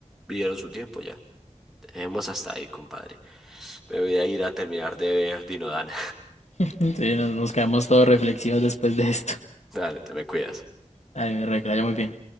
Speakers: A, in the centre; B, on the left.
A: vivieron su tiempo, ya. Dejemos hasta ahí, compadre. Me voy a ir a terminar de ver Dinodan.
B: <laughs> sí, nos, nos quedamos todos reflexivos después de esto.
A: <laughs> Dale, te me cuidas.
B: Ay, mi rey que la haya muy bien.